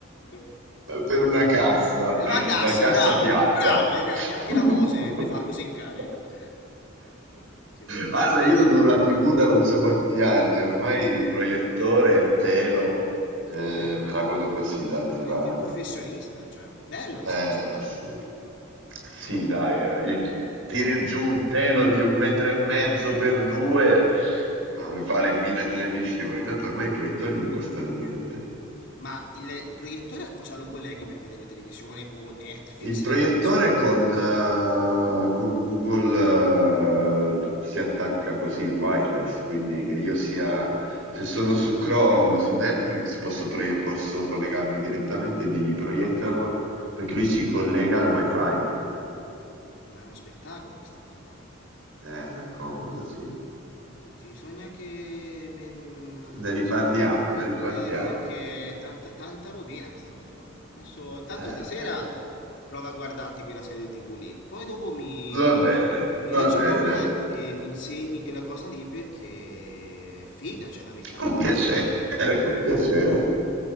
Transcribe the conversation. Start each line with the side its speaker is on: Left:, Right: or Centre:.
Left: cioè,
Right: Per una
Left: eh.
Right: cassa,
Left: La cassa,
Right: una cassa
Left: bravo,
Right: piatta.
Left: bravo, che cagna, anche
Right: <laughs>
Left: la Bose le fa così care. Eh, Che, che,
Right: Guarda,
Left: che-
Right: io
Left: che-
Right: non ho la TV da non so quanti anni, ormai il proiettore e telo, eh,
Left: che-
Right: me la
Left: eh,
Right: godo così dal divano.
Left: che- che professionista, cioè, bello questa
Right: Eh
Left: cosa qua,
Right: sì.
Left: eh.
Right: Sì, dai, eh, il- tiri giù un telo di un metro e mezzo per due, eh, vale mille televisioni. Tanto ormai i proiettori non costano niente.
Left: Ma il, il proiettore a cosa lo colleghi per vedere la televisione o Netflix
Right: Il proiettore
Left: del caso?
Right: con, eh, con Google eh, si attacca così in wireless, quindi che io sia, se sono su Chrome, su Netflix, posso, proie- posso collegarmi direttamente e dirgli proiettalo, perché lui si collega al wifi.
Left: Ma è uno spettacolo questa cosa qua.
Right: Eh, comodo, sì.
Left: Ti sogna che... me- mm,
Right: Ne
Left: adesso-
Right: riparliamo, ne riparliamo.
Left: Eh, perché è tanta, tanta rovina questa cosa qua. Adesso, tanto
Right: Eh,
Left: stasera
Right: eh, eh.
Left: prova a guardarti quella serie TV lì. Poi dopo mi,
Right: Va bene,
Left: mi dici
Right: va bene.
Left: com'è e mi insegni quella cosa lì perché è figa, cioè la metti anche
Right: Con piacere,
Left: fuori.
Right: con piacere.